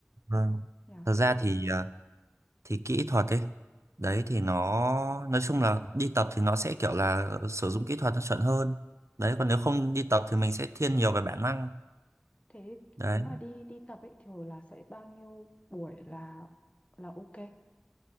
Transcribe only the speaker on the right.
vâng
thật ra
thì à, thì kỹ thuật ấy đấy thì nó nói chung là đi tập thì nó sẽ kiểu là sử dụng kỹ thuật nó chuẩn hơn đấy còn nếu không đi tập thì mình sẽ thiên nhiều về bản năng
đấy